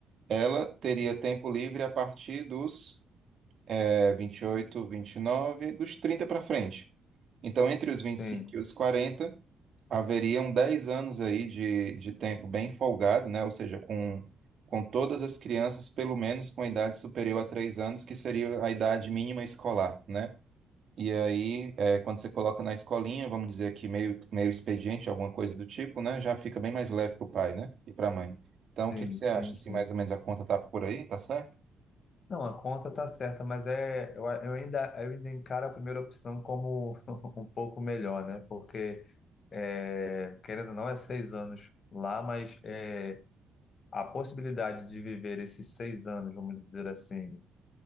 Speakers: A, on the right; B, on the left.
A: ela teria tempo livre a partir dos é, 28, 29, dos 30 para frente. Então, entre os 25
B: Sim,
A: e cinco e os 40, haveriam 10 anos aí de, de tempo bem folgado, né? Ou seja, com, com todas as crianças, pelo menos com idade superior a 3 anos, que seria a idade mínima escolar, né? E aí, é, quando você coloca na escolinha, vamos dizer aqui meio, meio expediente, alguma coisa do tipo, né? Já fica bem mais leve para o pai, né? E para a mãe. Então, o
B: sim,
A: que que você
B: sim,
A: acha? Se
B: sim.
A: mais ou menos a conta tá por aí, tá certo?
B: Não, a conta tá certa, mas é, eu, a- eu ainda, eu ainda encaro a primeira opção como <laughs> um pouco melhor, né? Porque, é, querendo ou não, é seis anos lá, mas é, a possibilidade de viver esses seis anos, vamos dizer assim,